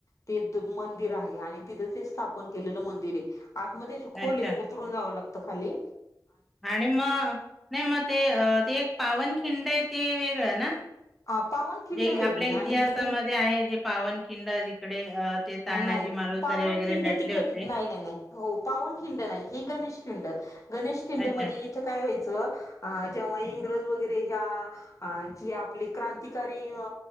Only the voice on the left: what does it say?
ते मंदिर आहे आणि तिथ ते स्थापन केलेलं मंदिर आहे आतमध्ये खोले
उतरून जावं लागतं खाली
अ पावनखिंड
वेगळी
आणि हे
नाही
पावन
खिंड
तिक नाही
नाही नाही हो पावन खिंड नाही ह गणेश खिंड गणेश खिंड
मध्येज इथं काय व्हाचं. अ जेव्हा इंग्रज वगैरे ह्या जे आपली क्रांतीकारी अ